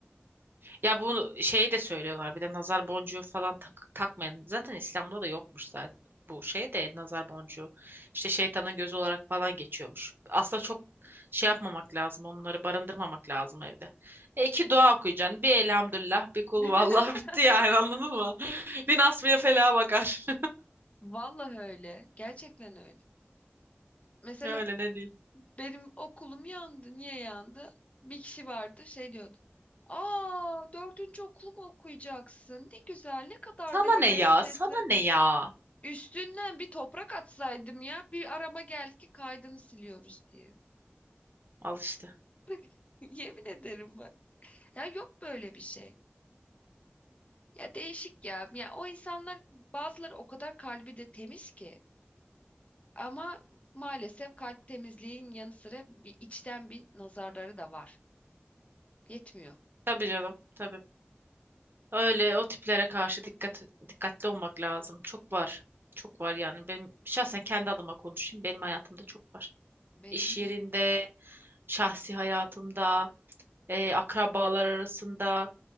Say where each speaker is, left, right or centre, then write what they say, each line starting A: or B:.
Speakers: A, on the right; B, on the left.
A: Ya bu şeyi de söylüyorlar bir de nazar boncuğu falan tak, takmayın. Zaten İslam'da da yokmuş zaten bu şey de nazar boncuğu. İşte şeytanın gözü olarak falan geçiyormuş. Aslında çok şey yapmamak lazım. Onları barındırmamak lazım evde. E iki dua okuyacaksın. Bir elhamdülillah, bir kul
B: <laughs>
A: vallahi <laughs> bitti yani anladın mı? <laughs> Bir nasmiye felaha bakar.
B: Vallahi öyle. Gerçekten öyle. Mesela
A: <laughs> Öyle ne diyeyim.
B: benim okulum yandı. Niye yandı? Bir kişi vardı şey diyordu. Aa dördüncü okulumu okuyacaksın. Ne güzel ne kadar
A: Sana
B: da heveslisin.
A: ne ya? Sana ne ya?
B: Üstünden bir toprak atsaydım ya. Bir arama geldi ki kaydını siliyoruz diye.
A: Al işte.
B: <laughs> Yemin ederim Ya yok böyle bir şey. Ya değişik ya. Ya o insanlar bazıları o kadar kalbi de temiz ki. Ama maalesef kalp temizliğin yanı sıra bir içten bir nazarları da var. Yetmiyor.
A: Tabii canım, tabii. Öyle o tiplere karşı dikkat dikkatli olmak lazım. Çok var. Çok var yani. Benim şahsen kendi adıma konuşayım. Benim hayatımda çok var.
B: Benim
A: İş yerinde,
B: de.
A: şahsi hayatımda, e, akrabalar arasında.